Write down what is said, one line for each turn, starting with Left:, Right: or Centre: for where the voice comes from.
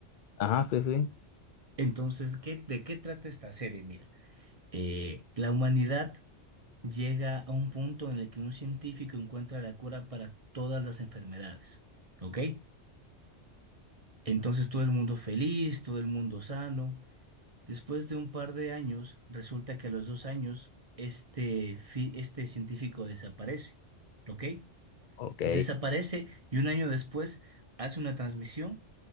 Left: Ajá, sí, sí.
Right: Entonces, ¿qué, de qué trata esta serie? Mira, eh, la humanidad llega a un punto en el que un científico encuentra la cura para todas las enfermedades, ¿ok? Entonces todo el mundo feliz, todo el mundo sano. Después de un par de años, resulta que a los dos años, este, fi- este científico desaparece, ¿ok?
Left: Ok,
Right: Desaparece y un año después hace una transmisión